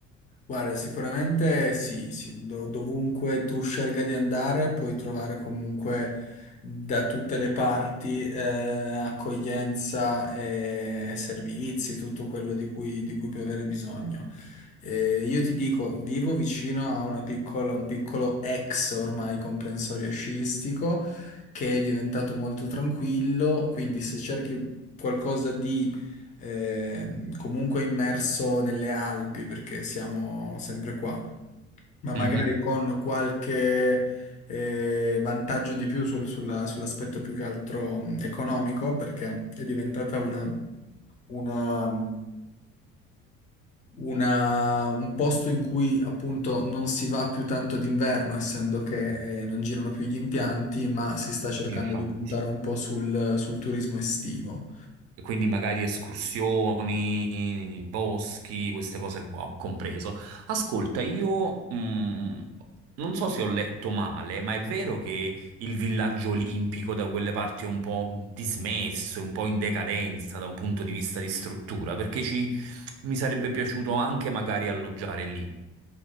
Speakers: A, on the left; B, on the right.
A: Guarda, sicuramente sì, sì, do- dovunque tu scelga di andare puoi trovare comunque da tutte le parti eh, accoglienza e servizi, tutto quello di cui, di cui puoi avere bisogno. Eh, io ti dico, vivo vicino a una piccola, un piccolo ex ormai comprensorio sciistico che è diventato molto tranquillo, quindi se cerchi qualcosa di eh, comunque immerso nelle Alpi perché siamo sempre qua, ma magari
B: Mhm.
A: con qualche eh, vantaggio di più sul- sulla- sull'aspetto più che altro mh, economico perché è diventata una, una- una- un posto in cui appunto non si va più tanto d'inverno, essendo che eh, non girano più gli impianti, ma si sta cercando
B: Infatti.
A: di puntare un po' sul sul turismo estivo.
B: E Quindi magari escursioni, boschi, queste cose qua ho compreso. Ascolta, io mh, non so se ho letto male, ma è vero che il villaggio olimpico da quelle parti è un po' dismesso, un po' in decadenza da un punto di vista di struttura, perché ci, mi sarebbe piaciuto anche magari alloggiare lì.